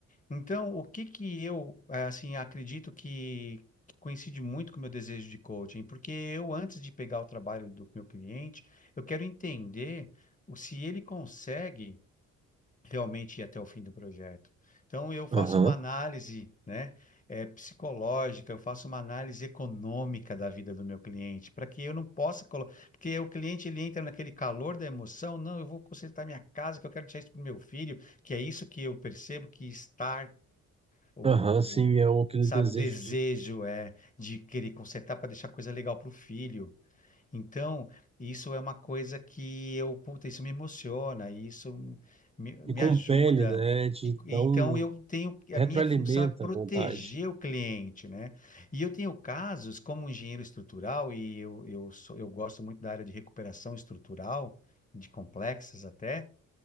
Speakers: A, on the left; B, on the right.
A: Então, o que que eu, eh, assim, acredito que, que coincide muito com o meu desejo de coaching, porque eu, antes de pegar o trabalho do meu cliente, eu quero entender o- se ele consegue realmente ir até o fim do projeto. Então, eu faço
B: aham,
A: uma análise, né, é psicológica, eu faço uma análise econômica da vida do meu cliente, para que eu não possa colocar. Porque o cliente ele entra naquele calor da emoção, não, eu vou consertar minha casa, que eu quero deixar isso para o meu filho, que é isso que eu percebo que estar, o, o,
B: aham. Sim,
A: o-
B: é o- aquele
A: sabe,
B: desejo
A: o desejo
B: de
A: é de querer consertar para deixar coisa legal para o filho. Então, isso é uma coisa que eu, puta, isso me emociona, isso me,
B: me
A: me
B: compele,
A: ajuda.
B: né? De
A: E,
B: dar
A: e
B: um
A: então, eu tenho,
B: retroalimenta
A: a minha função é proteger
B: a vontade.
A: o cliente, né? E eu tenho casos como engenheiro estrutural, e eu, eu, sou, eu gosto muito da área de recuperação estrutural, de complexas até.